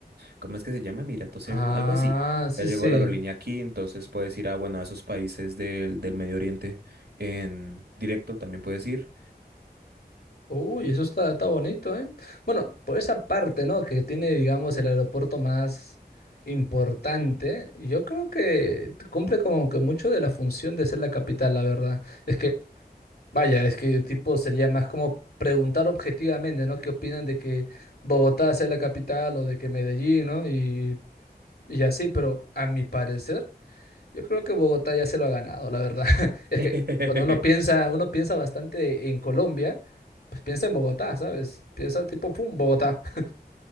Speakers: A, on the right; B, on the left.
A: ¿cómo es que se llama? Emiratos
B: Ah,
A: Air, algo así,
B: sí,
A: ya llegó
B: sí.
A: la aerolínea aquí, entonces puedes ir a, bueno, a esos países del, del Medio Oriente en directo, también puedes ir.
B: Uy, eso está, está bonito, ¿eh? Bueno, por esa parte, ¿no? Que tiene, digamos, el aeropuerto más importante, yo creo que cumple como que mucho de la función de ser la capital, la verdad. Es que, vaya, es que tipo sería más como preguntar objetivamente, ¿no? ¿Qué opinan de que Bogotá sea la capital o de que Medellín, ¿no? Y, y así, pero a mi parecer. Yo creo que Bogotá ya se lo ha ganado, la verdad. <laughs> Es
A: <laughs>
B: que cuando uno piensa, uno piensa bastante en Colombia, pues piensa en Bogotá, ¿sabes? Piensa tipo, pum, Bogotá. <laughs>